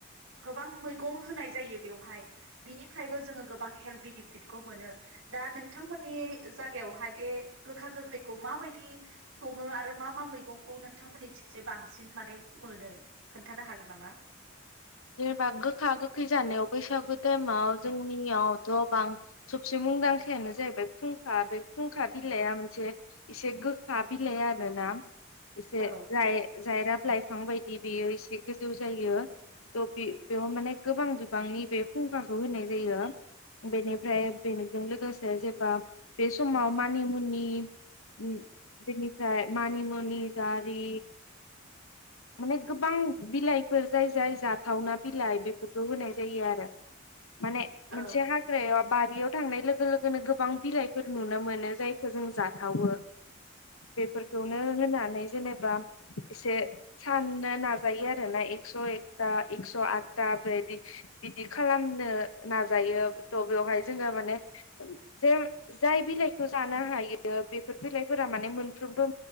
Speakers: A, on the right; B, on the left.
A: गोबां मैगं होनाय जायो बेयावहाय बिनिफायबो जोंङो गोबां हेल्थ बिनिफिटखौ मोनो। दा नोंथांमोननि जागायावहाय बे गोखा गोखैखौ माबायदि संङो आरो मा मा मैगंखौ नोंथांमोनिथिंजाय बांसिन माने मोनो खोन्थानो हागोन नामा?
B: जेनेबा गोखा गोखै जानायाव बैसागु टाइमाव जोंनियावथ बां सबसे मुं मुंदांखायानो जाहैबाय खुंखा बे खुंखा बिलाइआ मोनसे एसे गोखा बिलाइ आरोना। एसे
A: औ
B: जाय जायराब लाइफां बायदि बेयो एसे गोजौ जायो। थ बि बेयाव माने गोबां बिबांनि बे खुंखाखौ होनाय जायो। बेनिफ्राय बेनिजों लोगोसे जेबा बे समाव मानिमुनि उम्म बेनिफ्राय मानिमुनि जारि माने गोबां बिलाइफोर जाय जाय जा थावना बिलाइ बेफोरखौ होनाय जायो आरो माने
A: औ
B: मोनसे हाग्रायाव बारियाव थांनाय लोगो लोगोनो गोबां बिलाइफोर नुनो मोनो जायखौ जों जाथावो।
A: <inaudible>
B: बेफोरखौनो होनानै जेनेब बा एसे साननो नाजायो आरो ना एक्स एक दा एक्स आथथा बेदि बिदि खालामनो नाजायो थ बेयावहाय जोंङो माने जेम जाय बिलाइखौ जानो हायो बेफोर बिलाइफोरा माने मोनफ्रोमबो